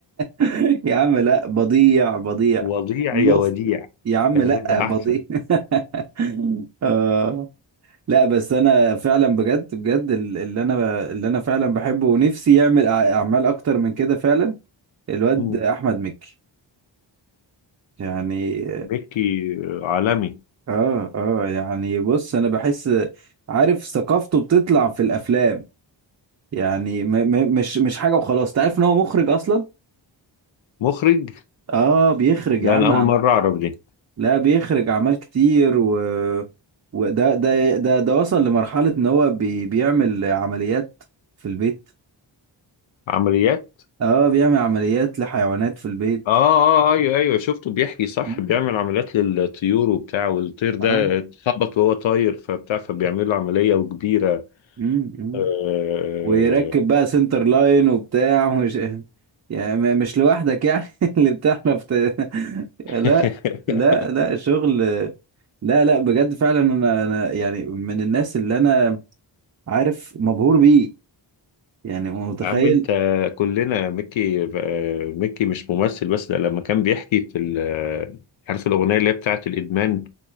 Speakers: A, on the right; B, on the left.
A: <laughs> يا عم لا بضيع بضيع
B: وضيع
A: لوست
B: يا وديع
A: يا عم
B: كانت
A: لا
B: هتبقى
A: بضيع
B: احسن
A: <laughs> آه لا بس انا فعلا بجد بجد ال- اللي انا ب- اللي انا فعلا بحبه ونفسي يعمل أع- اعمال اكتر من كده فعلا الواد
B: مم.
A: احمد مكي يعني
B: مكي عالمي
A: اه اه يعني بص انا بحس عارف ثقافته بتطلع في الافلام يعني م م مش مش حاجه وخلاص تعرف ان هو مخرج اصلا
B: مخرج
A: اه بيخرج
B: لا
A: يا عم
B: انا اول
A: عم
B: مره اعرف دي
A: لا بيخرج اعمال كتير و وده ده ده ده وصل لمرحله ان هو بي بيعمل عمليات في البيت
B: عمليات
A: اه بيعمل عمليات لحيوانات في البيت
B: اه اه آه، ايوه ايوه شفته بيحكي صح
A: مم.
B: بيعمل عمليات للطيور وبتاع والطير ده
A: اه
B: اتخبط وهو طاير فبتاع فبيعمل له عمليه وكبيره
A: امم
B: آه.
A: ويركب بقى سنتر لاين وبتاع ومش <laughs> يعني م- مش لوحدك يعني <laughs> اللي بتعرف ت... <laughs>
B: <laughs>
A: لا لا لا شغل لا لا بجد فعلا انا انا يعني من الناس اللي انا عارف مبهور بيه يعني متخيل
B: يا عم انت كلنا ميكي آه، ميكي مش ممثل بس ده لما كان بيحكي في ال- عارف الاغنيه اللي هي بتاعت الادمان